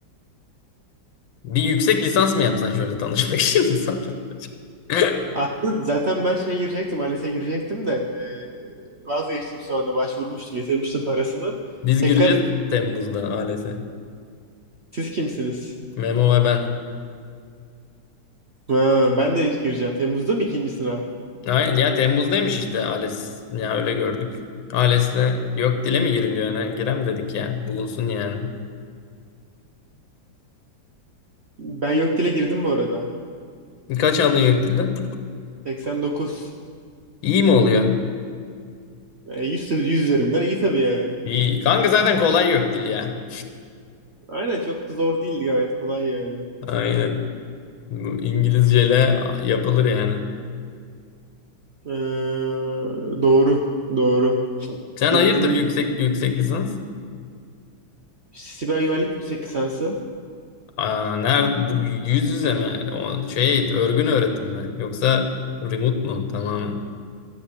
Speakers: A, on the left; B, on the right.
A: Bir yüksek lisans mı yapsan şöyle tanışmak için insanlar. <laughs>
B: Aslında zaten ben şeye girecektim, ALES'e girecektim de e, vazgeçtim sonra anda. Başvurmuştum, yatırmıştım parasını.
A: Biz
B: Tekrar
A: gireceğiz Temmuz'da ALES'e.
B: siz kimsiniz?
A: Memo ve ben.
B: Ha, ben de gireceğim. Temmuz'da mı ikinci sınav?
A: Aynen ya Temmuz'daymış işte ALES. Ya öyle gördük. ALES'le yok dile mi giriliyor ne? Girem dedik ya. Bulunsun yani.
B: Ben yok dile girdim bu arada.
A: Kaç aldın yok dilden?
B: 89.
A: İyi mi oluyor?
B: E, 100, 100 üzerinden iyi tabii yani.
A: İyi. Kanka zaten kolay yok dil ya.
B: Aynen çok da zor değildi gayet kolay yani.
A: <laughs> Aynen. Bu İngilizceyle yapılır yani.
B: Ee, doğru. Doğru.
A: Sen
B: Ya
A: hayırdır
B: bizim
A: yüksek
B: gibi
A: yüksek lisans?
B: siber güvenlik yüksek lisansı.
A: Aa, nerede bu yüz yüze mi? O şey örgün öğretim mi? Yoksa remote mu tamamen?